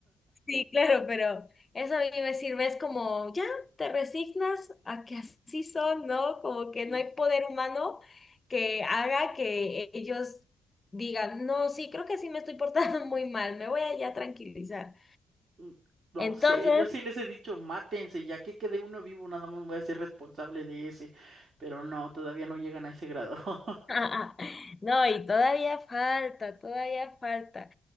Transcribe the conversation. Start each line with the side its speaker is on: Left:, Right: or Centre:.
Left: Sí, claro, pero eso a mí me sirve, es como, ya, te resignas a que así son, ¿no? Como que
Right: <laughs>
Left: no hay poder humano que haga que ellos digan, no, sí, creo que sí me estoy portando <laughs> muy mal, me voy a ya tranquilizar.
Right: Mm, No
Left: Entonces,
Right: sé, yo sí les he dicho, mátense, ya que quede uno vivo, nada más voy a ser responsable de ese. Pero no, todavía no llegan a ese grado. <laughs>
Left: <laughs> no, y todavía falta, todavía falta.